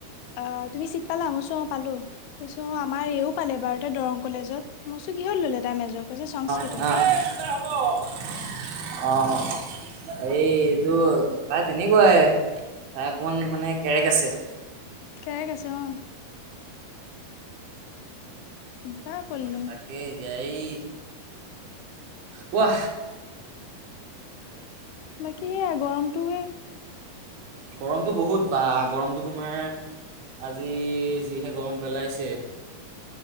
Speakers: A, on the left (about 85°); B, on the right (about 75°).
A: অ তুমি চিট পালা অহ পালো তইছো আমাৰ এইও পালে বাৰু ত দৰং কলেজত মইছো কি হত ললে তাই মজৰ কৈছে সংস্কৃত।
B: আহ <unintelligible> এই এইটো তাই তেনেকুৱাই। তাৰ অকমান মানে কেৰেক আছে।
A: কেৰেক আছে অ'। কিবা পোৱালিডাল
B: তাকে এতিয়া এই কোৱা।
A: বাকী সেয়া গৰমটো
B: গৰমতটো বহুত বা গৰমতটো তোমাৰ আজি যিহে গৰম পেলাইছে